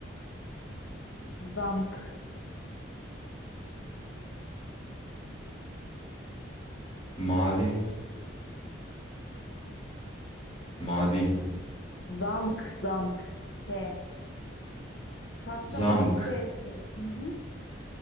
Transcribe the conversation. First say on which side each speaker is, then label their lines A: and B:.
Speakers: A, on the left (about 65°); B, on the left (about 30°).
A: zamk,
B: mavi, mavi,
A: zamk, zamk, K. Kastamonu'nun
B: zamk.
A: K'si. Hı hı.